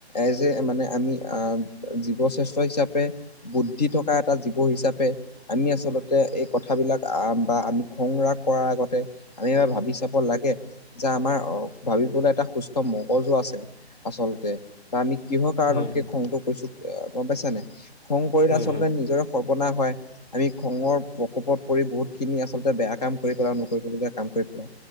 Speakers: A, on the left; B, on the left.
A: এজ এ মানে আমি আহ জীৱ শ্ৰেষ্ঠ হিচাপে। বুদ্ধি থকা এটা জীৱ হিচাপে আমি আচলতে এক কথাবিলাক আহ্ বা আমি খং ৰাগ কৰাৰ আগতে আমি এবাৰ ভাবি চাব লাগে। যে আমাৰ অ ভাবিবলৈ এটা সুস্থ মগজু আছে। আচলতে বা আমি কিহৰ কাৰণত
B: হয়
A: সেই
B: হয়
A: খংটো কৰিছোঁ। অ গম পাইছা নে? খং কৰিলে
B: হয়
A: আচলতে নিজৰে সৰ্বনাশ হয়। আমি খঙৰ প্ৰকোপত পৰি বহুতখিনি আচলতে বেয়া কাম কৰি পেলাও। নকৰিবলগীয়া কাম কৰি পেলাও।